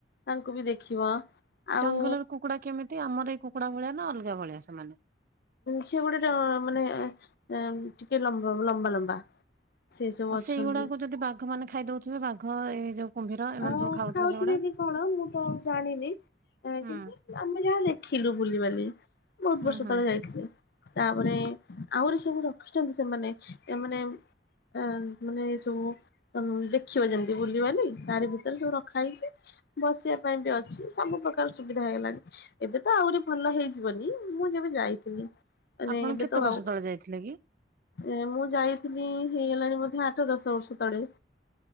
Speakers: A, on the left (about 60°); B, on the right (about 50°).
A: ତାଙ୍କୁ ବି ଦେଖିବ ଆଉ
B: ଜଙ୍ଗଲର କୁକୁଡା କେମିତି? ଆମର ଏଇ କୁକୁଡା ଭଳିଆ ନା ଅଲଗା ଭଳିଆ ସେମାନେ?
A: ସିଏ ଗୋଟେ ଟ ମାନେ ଏଁ ଟିକେ ଲମ୍ବ ଲମ୍ବା ଲମ୍ବା। ସେ ସବୁ
B: ଆଉ
A: ଅଛନ୍ତି।
B: ସେଇଗୁଡାକୁ ଯଦି ବାଘ ମାନେ ଖାଇ ଦଉଥିବେ, ବାଘ ଏଇ ଯୋଉ କୁମ୍ଭୀର ଏମାନେ
A: ହଁ
B: ସବୁ
A: ଖାଉଥିବେ
B: ସେଗୁଡା।
A: କି କଣ? ମୁଁ ତ ଆଉ ଜାଣିନି,
B: ହୁଁ
A: କିନ୍ତୁ ଆମେ ଯାହା ଦେଖିଲୁ ବୁଲିିବାଲିକି। ବହୁତ
B: ହୁଁ
A: ବର୍ଷ
B: ହୁଁ।
A: ତଳେ ଯାଇଥିଲି। ତାପରେ ଆହୁରି ସବୁ ରଖିଛନ୍ତି ସେମାନେ, ଏ ମାନେ ଆ ମାନେ ଏ ସବୁ ଅ ଦେଖିବ ଯେମତି ବୁଲିବାଲି ତାରି ଭିତରେ ସବୁ ରଖା ହେଇଛି, ବସିଆ ପାଇଁ ବି ଅଛି, ସବୁ ପ୍ରକାର ସୁବିଧା ହେଇଗଲାଣି। ଏବେ ତ ଆହୁରି ଭଲ ହେଇଯିବନି, ମୁଁ ଯେବେ ଯାଇଥିଲି ମାନେ
B: ଆପଣ
A: ଏବେ
B: କେତେ
A: ତ
B: ବର୍ଷ
A: ଆଉ
B: ତଳେ ଯାଇଥିଲେ କି?
A: ଏ ମୁଁ ଯାଇଥିଲି ହେଇଗଲାଣି ବୋଧେ ଆଠ ଦଶ ବର୍ଷ ତଡେ।